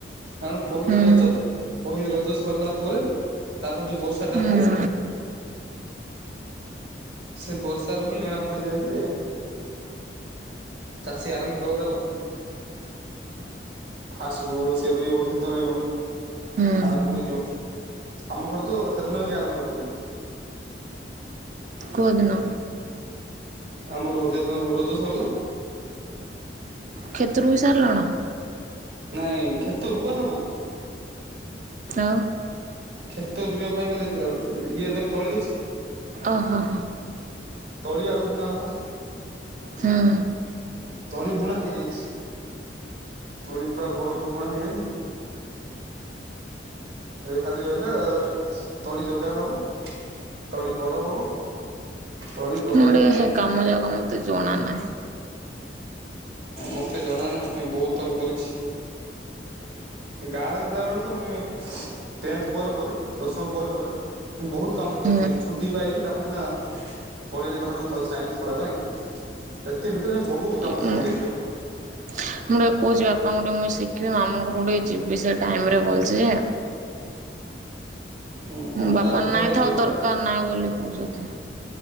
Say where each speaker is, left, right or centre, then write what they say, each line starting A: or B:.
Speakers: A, on the right (about 75°); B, on the right (about 45°).
A: କାରଣ ପହରି
B: ହୁଁ
A: ରଜ। ପହଁଲି ରଜ ସରିଲା ପରେ ତାପରେ ଯୋଉ ବର୍ଷା ଟା
B: ହୁଁ
A: ହୁଏ ସେ ବର୍ଷ ର ହିଁ ଜଣା ପଡିଯାଏ ଯେ ଚାଷୀ ଆରମ୍ଭ କର ତାର ଫା ର ସେ ରହିବ କ୍ଷେତ ରହିବ।
B: ହୁଁ
A: ଆରମ୍ଭ ହେଇଯିବ ଆମ ଘର ତ ସେଦିନ ହେଇକି ଆରମ୍ଭ କଲେ।
B: ବଦନ।
A: ଆମର ଯେଦିନ ରଜ ସରିଲା
B: କ୍ଷେତରୁ ବି ସାରିଲଣ
A: ନାଇଁ କ୍ଷେତ ରୁଆ ହବ କି?
B: ଆଉ।
A: କ୍ଷେତ ରୁଇବା ପାଇଁ ହେଲେ ଇଏ ଧର ତଳି ଅଛି।
B: ଓ ହୋ।
A: ତଳିଆକୁ ବୁଣା ହବ ନା।
B: ହୁଁ
A: ତଳି ବୁଣା ହେଇଯାଇଚି। ଥୋଡି ପୁରା ବଡ ବୁଣା ହେଇଯାଇଚି। ଏବେ ଖାଲି ରହିଲା ତଳି ଯୋଗା ହବ। ତଳି ବଡ଼ ହବ। ତଳି ବଡ
B: ମୁଁ ଗୋଟେ
A: ହେଲେ
B: ସେ କାମ ଯାକ ମତେ ଜଣା ନାହିଁ
A: ମତେ ଜଣା ନା ମୁ ବୋହୁତ ଥର କରିଚି। ଗାଁରେ ଥିଲା ବେଳ ତ ମୁଇ ଟେନଥେ ପରେ ପରେ ଦଶମ ପରେ ପରେ ବୋହୁତ କାମ କରିଚି
B: ହୁଁ
A: ଛୁଟି ପାଇ ତାପରେ ସିନା ପଢେଇଲେି ବାହାରକୁ ସାଇନ୍ସ ପାଇଁ ସେଥି ଭିତରେ ବୋହୁତ କାମ
B: ହଁ
A: ଶିଖି ଯାଇଥିଲୁ।
B: ମୁ <unintelligible> ତମଠୁ ମୁଇଁ ଶିଖିବି ମାମୁ ଘରୁ ଟିକେ ଯିବି ସେ ଟାଇମରେ ବଲଛି ଯେ
A: ହୁଁ ଅଣ୍ଟା
B: ବାପା
A: ରକା
B: ନାଇଁ
A: ହେଇଯିବ
B: ଥାଉ
A: ପୁରା।
B: ଦରକାର ନାହିଁ ବୋଲି କହୁଛନ୍ତି।